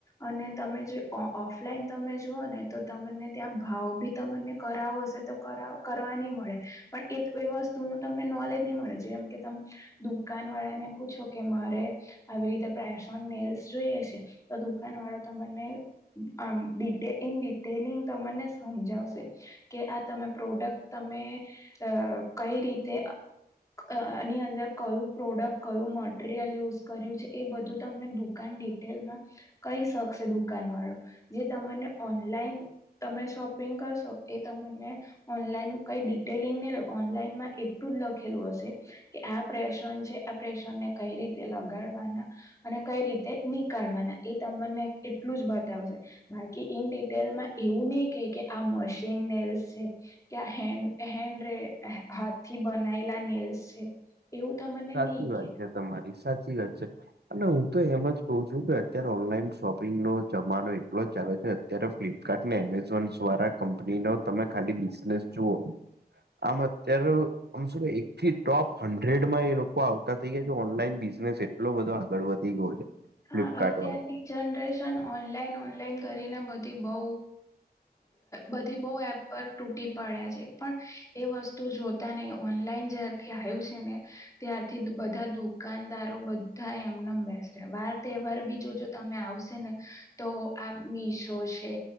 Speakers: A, on the left; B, on the right.
A: અને તમે જે ઓ ઓ ઓફલાઈન તમે જુઓ ને તો તમને ત્યાં ભાવ બી તમને કરાવ હશે તો કરાવ કરવા નહી મળે પણ એ વસ્તુ નુ તમને નોલેજ નહી મળે જેમ કે તમ દુકાન વાળા ને પૂછો કે મારે આવી રીતે પ્રેસન નેલ્સ જોઈએ છે તો દુકાન વાળો તમને આમ ડિટે ઇ ડિટેલિંગ તમને સમજાવશે. કે આ તમે પ્રોડક્ટ તમે અ કઈ રીતે અ ની અંદર કયું પ્રોડક્ટ કયું મટરિયલ યુઝ કર્યું છે એ બધું તમને દુકાન ડિટેલમાં કહી શકશે દુકાન વાળો જે તમને ઓનલાઈન તમે શોપિંગ કરશો એ તમને ઓનલાઈન કઈ ડિટેલિંગ ઓનલાઈનમાં એટલું જ લખેલું હશે કે આ પ્ર છે આ પ્રેશણ ને કઈ રીતે લગાડવાના અને કઈ રીતે નીકાળવાના એ તમને એટલું જ બતાવશે બાકી ઇન ડિટેલમાં એવું નહી કે કે આ મશીન નેલસ છે કે આ હેન્ડ હેન્ડ ર હાથથી બનાયલા નીલ્સ છે. એવું તમને
B: સાચી
A: નહી
B: વાત
A: કે
B: છે તમારી સાચી વાત છે અને હું તો એમ જ કઉ છું કે અત્યારે ઓનલાઈન શોપિંગ ન જમાનો એટલો જ ચાલે છે. અત્યારે ફ્લિપકાર્ટ ને એમેઝોન દ્વારા કંપની નો તમે ખાલી બિઝનેસ જુઓ આમ અત્યારે આમ શુ એક થી ટોપ હંડ્રેડ માં એ લોકો કો આવતા થઈ ગયા છે ઓનલાઈન બિઝનેસ એટલો બધો આગળ વધી ગયો છે. ફ્લિપકાર્ટ
A: હા અત્યારની
B: વાળા
A: જનરેશન ઓનલાઈન ઓનલાઈન કરીને બધી બઉ. બધી બહુ એપ પર તૂટી પડ્યા છે પણ એ વસ્તુ જો તાને ઓનલાઈન જ્યારથી આવ્યું છે ને ત્યારથી બધા દુકાનદારો થ એમને બેસ વાર તહેવાર બી જોજો તમે આવશે ને તો આ મીશો છે